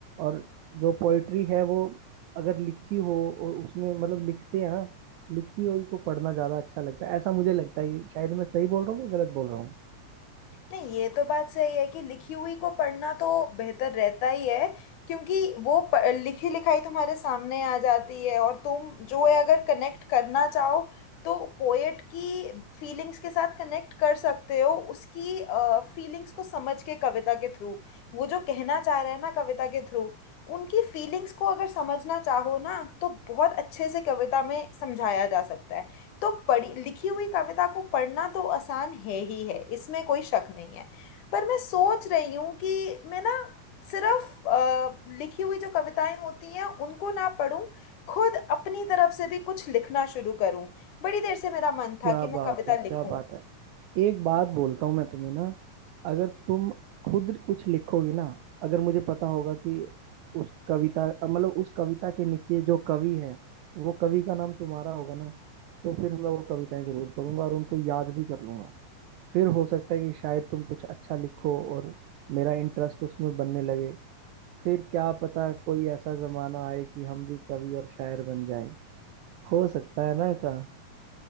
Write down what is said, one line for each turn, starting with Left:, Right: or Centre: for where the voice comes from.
Right: और जो पोइट्री है वो अगर लिखी हो और उसमें मतलब लिखते हैं ना लिखी हुई को पढ़ना ज्यादा अच्छा लगता है ऐसा मुझे लगता है ये शायद मैं सही बोल रहा हूँ कि गलत बोल रहा हूँ
Left: नहीं ये तो बात सही है कि लिखी हुई को पढ़ना तो बेहतर रहता ही है क्योंकि वो प, लिखी लिखाई तुम्हारे सामने आ जाती है और तुम जो है अगर कनेक्ट करना चाहो तो पोएट की फीलिंग्स के साथ कनेक्ट कर सकते हो उसकी फीलिंग्स को समझ के कविता के थ्रू वो जो कहना चाह रहे हैं ना कविता के थ्रू उनकी फीलिंग्स को अगर समझना चाहो ना तो बहुत अच्छे से कविता में समझाया जा सकता है तो पढ़ी लिखी हुई कविता को पढ़ना तो आसान है ही है इसमें कोई शक नहीं है पर मैं सोच रही हूँ कि मैं ना सिर्फ अ, लिखी हुई जो कविताएं होती हैं उनको ना पढूं खुद अपनी तरफ से भी कुछ लिखना शुरू करूं बड़ी देर से मेरा मन
Right: क्या
Left: था कि मैं
Right: बात
Left: कविता
Right: है क्या
Left: लिखूं
Right: बात है एक बात बोलता हूँ मैं तुम्हें ना अगर तुम खुद कुछ लिखोगी ना अगर मुझे पता होगा कि उस कविता मतलब उस कविता के नीचे जो कवि है वो कवि का नाम तुम्हारा होगा ना तो फिर मैं वो कविताएं जरूर पढ़ूंगा और उनको याद भी कर लूंगा फिर हो सकता है कि शायद तुम कुछ अच्छा लिखो और मेरा इंटरेस्ट उसमें बनने लगे फिर क्या पता कोई ऐसा जमाना आए कि हम भी कवि और शायर बन जाएं हो सकता है ना ऐसा